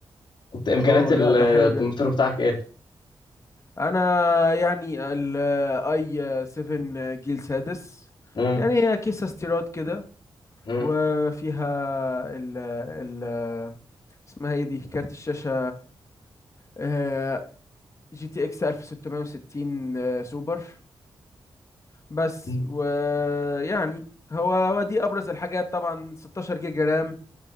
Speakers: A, on the left; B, on the left.
A: انت امكانيات
B: اوه
A: الكمبيوتر
B: لا ده حلو جدا
A: بتاعك ايه؟
B: انا يعني الاي 7 جيل سادس
A: مم.
B: يعني هي كيسة استيراد كده
A: مم.
B: وفيها ال ال اسمها ايه دي كارت الشاشة آه، جي تي اكس 1660 آه، سوبر بس
A: مم.
B: ويعني هو هو دي ابرز الحاجات طبعا 16 جيجا رام